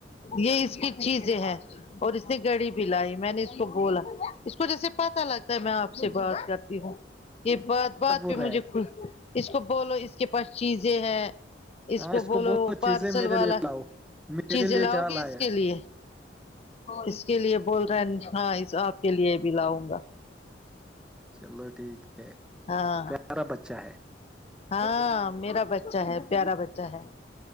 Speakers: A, on the left; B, in the centre.
A: یہ اس کی چیزیں ہے اور اس نے گڑی بھی لائی میں نے اس کو بولا اس کو جیسے پتا لگتا ہے میں آپ سے بات کرتی ہوں یہ بات بات
B: بول
A: پہ
B: رہا
A: مجھے
B: ہے
A: ک اس کو بولو اس کے پاس چیزیں ہیں اس
B: ہاں
A: کو بولو پارسل
B: چیزیں میرے
A: والا
B: لیے لاؤ میرے
A: چیزیں
B: لیے
A: لاؤ
B: کیا
A: گی
B: لایا
A: اس کے لی اس کے لیے بول رہے ہاں آپ کے لیے بھی لاؤں گا
B: چلو ٹھیک ہے
A: ہاں
B: پیارا بچہ ہے
A: ہاں میرا بچہ ہے پیارا بچہ ہے